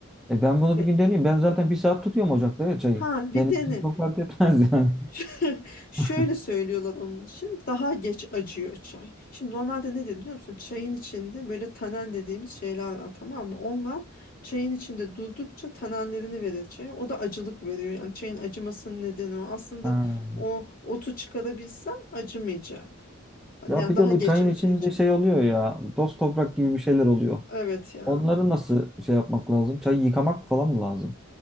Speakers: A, in the centre; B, on the left.
A: E ben bunu
B: Ve
A: bir gün deneyeyim. Ben zaten bir saat tutuyorum ocakta ya çayı.
B: ha bir
A: Benim
B: dene.
A: için çok fark etmez yani.
B: <laughs>
A: <laughs>
B: Şöyle söylüyorlar onun için. Daha geç acıyor çay. Şimdi normalde ne de biliyor musun? Çayın içinde böyle tanen dediğimiz şeyler var tamam mı? Onlar çayın içinde durdukça tanenlerini verir çaya. O da acılık veriyor. Yani çayın acımasının nedeni o. Aslında
A: Ha.
B: o otu çıkarabilsen acımayacak.
A: Ya
B: Yani
A: bir
B: daha
A: de bu
B: geç
A: çayın
B: acıyacak.
A: içinde şey oluyor ya. Toz toprak gibi bir şeyler oluyor.
B: Evet ya.
A: Onları nasıl şey yapmak lazım? Çayı yıkamak falan mı lazım